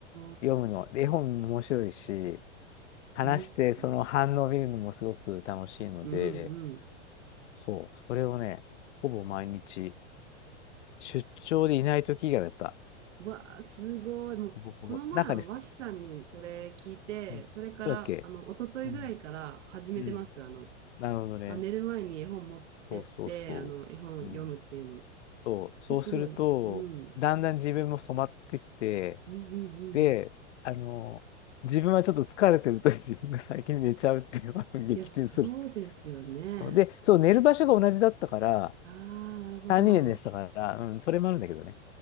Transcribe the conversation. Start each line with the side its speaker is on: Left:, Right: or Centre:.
Right: ー、
Left: 読むの。で絵本も面白いし、話してその反応を見るのもすごく楽しいので、
Right: うん、うん、うん。
Left: そう、それをね、ほぼ毎日、出張でいない時以外だった。
Right: うわあ、すごい。もう、
Left: ほぼほぼ。
Right: この前、
Left: 中です。
Right: あの、脇さんにそれ聞いて、
Left: うん、そうだっけ
Right: それから、あの、一昨日ぐらいから始めてます。
Left: うん。うん。
Right: あの、
Left: なるほどね。
Right: あ寝る前に絵本持ってって、
Left: そうそうそう。
Right: あの、絵本読むっていうの。
Left: うんそう、そうすると、
Right: すごい。うん。
Left: だんだん自分も染まってきて、
Right: うんうんうん。
Left: で、あの、自分はちょっと疲れてると <laughs> 自分が最近寝ちゃうっていうのを <laughs> 撃沈するって
Right: いや、そうですよね。
Left: そう。で、そう、寝る場所が同じだったから、
Right: ああ、なるほど。
Left: 3年で寝てたから、うん、それもあるんだけどね。